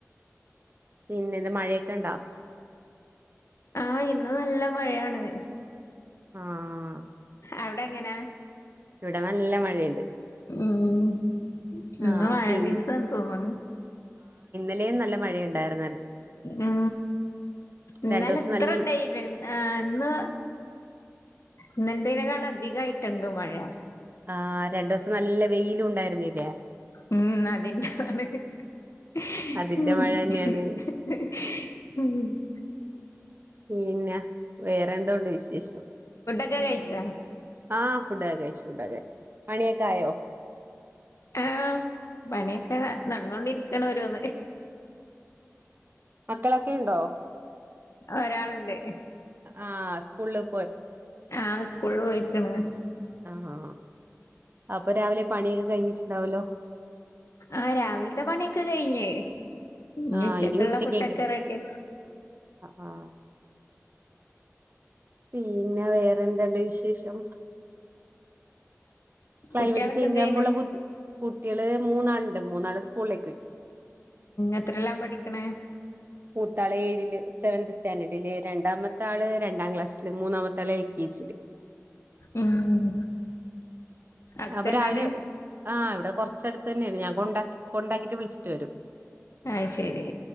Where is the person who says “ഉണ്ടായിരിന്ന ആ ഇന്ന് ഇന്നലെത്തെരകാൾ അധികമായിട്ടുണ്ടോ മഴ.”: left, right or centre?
Left